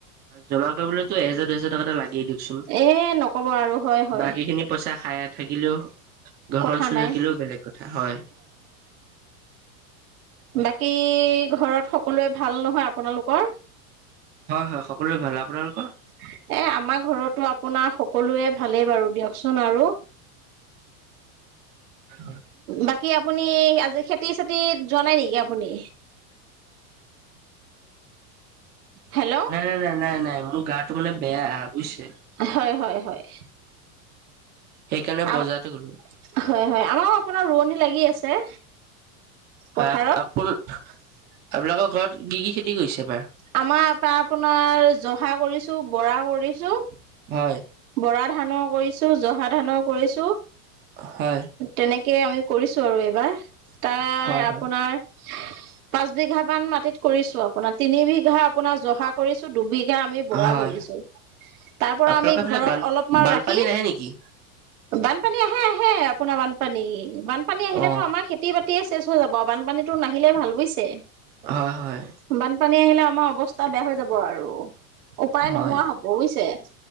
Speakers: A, on the right; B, on the right.
A: জমা কৰিবলৈতো এহাজাৰ দুহাজাৰ টকা এটা লাগেই চোন
B: এ নকব আৰু হয় হয়
A: বাকী খিনি পইচা খাই থাকিলেও ঘৰখন
B: কথা
A: চলি
B: নাই
A: থাকিলেও বেলেগ কথা হয়
B: বাকী ঘৰত সকলোৱে ভাল নহয় আপোনালোকৰ
A: হয় হয় সকলোৱে ভাল আপোনালোকৰ
B: এ আমাৰ ঘৰতো আপোনাৰ সকলোৱে ভালেই বাৰু দিয়কচোন আৰু
A: হয়
B: বাকী আপুনি আজি খেতি চেতিত যোৱা নাই নেকি আপুনি হেল্ল
A: নাই নাই নাই নাই নাই মোৰ গাটো মানে বেয়া বুজিছে
B: হয় হয় হয়
A: সেইকাৰণে
B: আম
A: বজাৰতে গলো
B: হয় হয় আমাৰ আপোনাৰ ৰোৱনী লাগি আছে পথাৰত
A: হয় আ আপোন আপোনালোকৰ ঘৰত কি কি খেতি কৰিছে এইবাৰ
B: আমাৰ এটা আপোনাৰ জহা কৰিছো, বৰা কৰিছো।
A: হয়।
B: বৰা ধানো কৰিছো, জহা ধানো কৰিছো।
A: হয়।
B: তেনেকে আমি কৰিছো আৰু এইবাৰ তাৰ
A: হয়
B: আপোনাৰ
A: হয়
B: পাঁচ বিঘা মান মাটিত কৰিছো। আপোনাৰ তিনি বিঘা আপোনাৰ জহা কৰিছো দুবিঘা আমি বৰা
A: হয়
B: কৰিছো। তাৰ পৰা
A: আপোনালোকৰ
B: আমি
A: ফালে
B: ঘৰত
A: বান
B: অলপমান
A: বানপানী
B: ৰাখি
A: নাহে নেকি
B: বানপানী আহে আহে আপোনাৰ বানপানী বানপানী আহিলেতো
A: অ',
B: আমাৰ সেত তি বাতিয়ে চেচ হৈ যাব বানপানীটো নাহিলে ভাল বুজছে।
A: হয় হয়।
B: বানপানী আহিলে আমাৰ অৱস্থা বেয়া হৈ যাব আৰু উপায়
A: হয়,
B: নোহোৱা হ'ব বুজিছে।